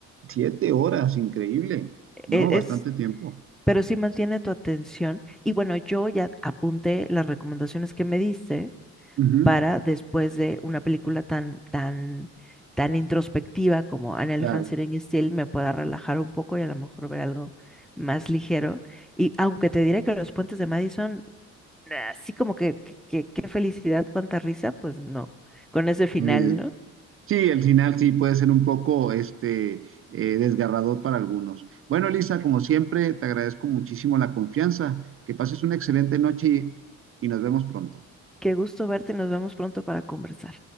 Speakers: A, on the right (about 45°); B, in the centre.
A: siete horas, increíble. No,
B: E-
A: bastante
B: Es,
A: tiempo.
B: pero sí mantiene tu atención. Y bueno, yo ya apunté las recomendaciones que me diste
A: Ujú,
B: para después de una película tan, tan, tan introspectiva como An Elephant
A: Claro,
B: Sitting Still me pueda relajar un poco y a lo mejor ver algo más ligero. Y aunque te diré que los puentes de Madison, así como que, que- que- qué felicidad, cuánta risa, pues no, con ese final,
A: muy bien.
B: ¿no?
A: Sí, el final sí puede ser un poco este, eh, desgarrador para algunos. Bueno, Elisa, como siempre, te agradezco muchísimo la confianza. Que pases una excelente noche y y nos vemos pronto.
B: Qué gusto verte, nos vemos pronto para conversar.